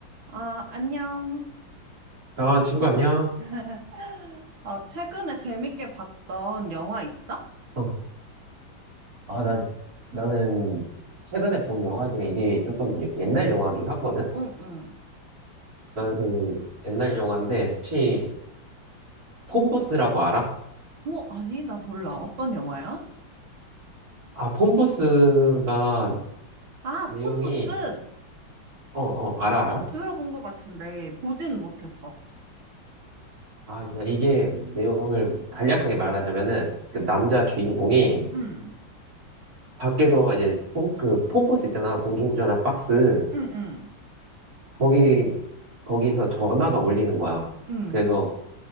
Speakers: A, on the right; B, on the right.
A: 아, 안녕.
B: 아, 친구 안녕?
A: <laughs> 아, 최근에 재밌게 봤던 영화 있어?
B: 어, 아, 나, 나는 최근에 본 영화 중에 이게 조금 옛- 옛날 영화긴 하거든?
A: 응, 응.
B: 나는 그 옛날 영화인데 혹시 폰부스라고 알아?
A: 어, 아니, 나 몰라. 어떤 영화야?
B: 아, 폰부스가
A: 아,
B: 내용이,
A: 폰부스.
B: 어, 어, 알아,
A: 어,
B: 알아?
A: 들어본 것 같은데, 보진 못했어.
B: 아, 진짜 이게 내용을 간략하게 말하자면은 그 남자 주인공이
A: 응,
B: 밖에서 이제 폰, 그 폰부스 있잖아. 공중전화 박스.
A: 응, 응.
B: 거기, 거기서 전화가 울리는 거야.
A: 응,
B: 그래서